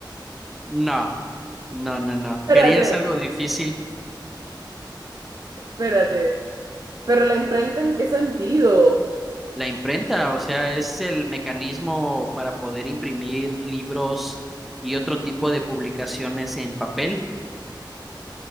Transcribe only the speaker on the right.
Espérate,
espérate. ¿Pero la imprenta en qué sentido?